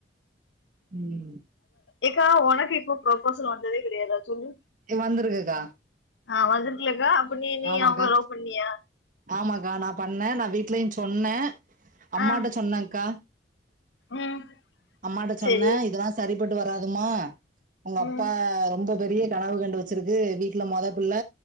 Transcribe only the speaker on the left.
ஏக்கா உனக்கு இப்ப ப்ரப்போசல் வந்ததே கிடையாதா சொல்லு
ஆ வந்துருக்கிலக்கா அப்ப நீ நீ
அவங்கள லவ் பண்ணியா
ஆ
ம்
சரி
ம்